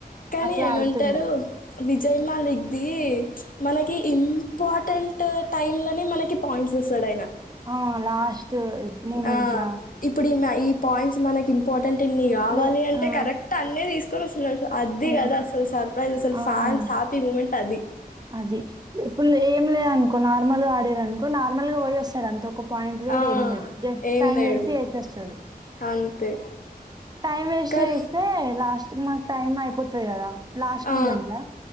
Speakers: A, on the left (about 60°); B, on the right (about 25°).
A: కానీ
B: అట్లా
A: ఏమంటారు
B: ఆడుతుండే.
A: విజయ్ మాలిక్ది మనకి ఇంపార్టెంట్ టైంలోనే మనకి పాయింట్స్ వస్తాడు ఆయన
B: ఆ లాస్ట్ మూమెంట్‌ల
A: ఆ ఇప్పుడు ఈమే ఆ ఈ పాయింట్స్ మనకి ఇంపా ర్టెంటన్నై కావాలి
B: లే
A: అంటే
B: ఆ!
A: కరెక్ట్ అన్నే తీసు నిద్రొస్తుంది తెల్సా అది
B: ఆ!
A: కదా అసలు సర్ప్రైజ్ అసలు
B: ఆ!
A: ఫ్యాన్స్ హ్యాపీ మూమెంట్ అది
B: అది. ఇప్పుడు లేం లేదు అనుకో నార్మల్ అడిర్రనుకో నార్మల్ గా పోయి వస్తాడు అంత ఒక పాయింట్ తేడు
A: ఆ!
B: ఏం తేడు జస్ట్
A: ఏం
B: టైం
A: లేడు
B: వేస్ట్ చేసి వస్తడు
A: అంతే.
B: టై
A: కానీ
B: ఎసే లాస్ మకు టైమ్ అయిపోతుంది కదా లాస్ట్
A: ఆ!
B: ముమెంట్